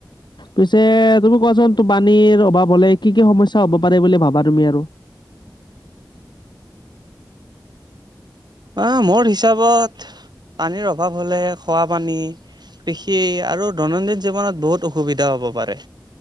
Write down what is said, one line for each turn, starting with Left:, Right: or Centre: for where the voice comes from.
Left: পিছে তুমি কোৱাচোন? পানীৰ অভাৱ হ'লে কি কি সমস্যা হ'ব পাৰে বুলি ভাৱা তুমি আৰু?
Right: অঁ, মোৰ হিচাপত পানীৰ অভাৱ হ'লে খোৱা পানী কৃষি আৰু দৈনন্দিন জীৱনত বহুত অসুবিধা হ'ব পাৰে।